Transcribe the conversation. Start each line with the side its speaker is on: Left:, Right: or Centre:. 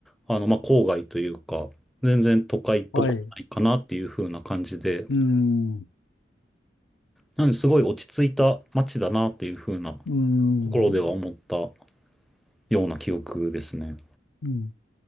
Centre: あの、まあ、郊外というか、全然都会っぽくないかなっていう風な感じで、
Left: はい。うん。
Centre: なのですごい落ち着いた街だなっていう風な
Left: うん。
Centre: ところでは思ったような記憶ですね。
Left: うん。